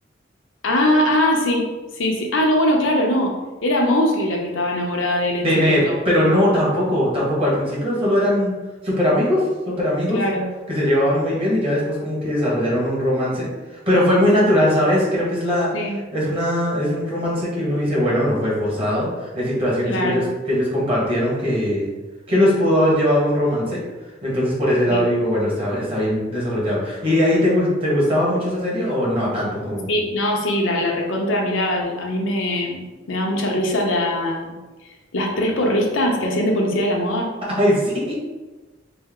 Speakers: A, on the left; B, on the right.
A: Ah, ah, sí, sí, sí. Ah, no, bueno, claro, no. Era Mosley la que estaba enamorada de él
B: de
A: en secreto.
B: Ned, pero no, tampoco, tampoco. Al principio solo eran súper amigos, súper amigos,
A: Claro.
B: que se llevaban muy bien y ya después como que desarrollaron un romance, pero fue muy
A: Sí,
B: natural, ¿sabes? Creo que es la,
A: sí,
B: es una, es un romance que uno dice, bueno, no fue forzado. Hay situaciones
A: claro.
B: que ellos, que ellos compartieron que, que los pudo haber llevado a un romance. Entonces por ese lado
A: Sí,
B: yo digo, bueno, está, está bien desarrollado. ¿Y de ahí te, gu- te gustaba mucho esa serie o no tanto como...
A: Sí, no, sí, la, la recontra, mirá, a mí me, me daba mucha risa la, las tres porristas que hacían de policía de la moda.
B: <laughs> Ay, sí.